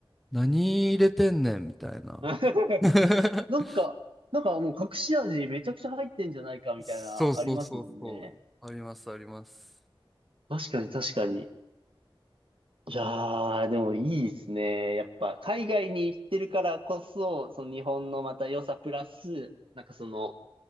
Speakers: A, in the centre; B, on the right (about 65°).
A: 何入れてんねんみたいな。
B: <laughs>
A: <laughs>
B: なんか、なんかもう隠し味めちゃくちゃ入ってんじゃないかみたいな、
A: そうそうそうそう。
B: ありますもんね。
A: ありますあります。
B: 確かに確かに。いやー、でもいいですね。やっぱ海外に行ってるからこそ、その日本のまた良さプラス、なんかその